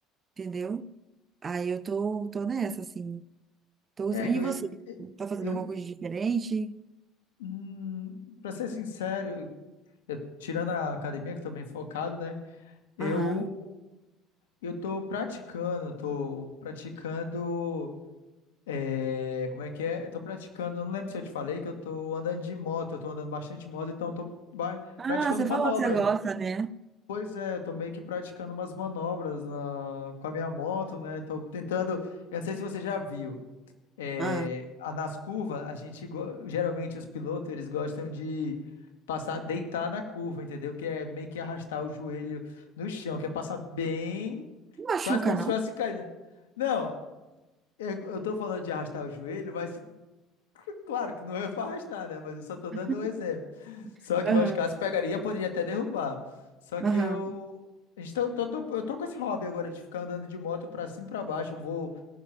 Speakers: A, on the right; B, on the left.
A: entendeu? Aí eu tô, tô nessa, assim. Tô usando-
B: É
A: E
B: que eu,
A: você? Tá fazendo
B: eu,
A: alguma coisa diferente?
B: hum, pra ser sincero, eu- tirando a academia, que eu tô bem focado, né? Eu,
A: Aham.
B: eu tô praticando, tô praticando. é, como é que é? Eu tô praticando. Eu não lembro se eu te falei que eu tô andando de moto, eu tô andando bastante de moto, então eu tô ba-
A: Ah,
B: praticando
A: você
B: manobra.
A: falou que você gosta, né?
B: Pois é, eu tô meio que praticando umas manobras na- com a minha moto, né? Tô tentando. Eu não sei se você já viu. É,
A: Ah,
B: a- nas curvas, a gente go- geralmente os pilotos eles gostam de passar, deitar na curva, entendeu? Que é meio que arrastar o joelho no chão, que é passar bem,
A: não machuca,
B: quase como
A: não?
B: se fosse caindo. Não, eu, eu tô falando de arrastar o joelho, mas <laughs> claro que não é pra arrastar, né? Mas eu só tô dando
A: <laughs>
B: um exemplo. Só que
A: Aham,
B: meus casos pegaria, poderia até derrubar. Só que
A: aham,
B: eu, a gente tá- eu tô, tô- eu tô com esse hobby agora de ficar andando de moto pra cima e pra baixo. Eu vou